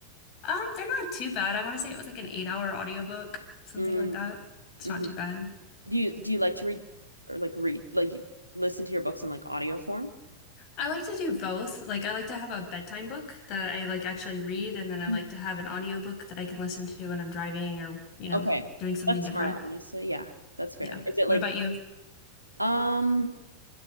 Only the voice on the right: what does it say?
Mm,
hmm
Do you do you like to read or like read like you listen to your books in like audio form?
Mhm.
Okay.
That's
smart, honestly. Yeah, that's fair.
Is it
like
um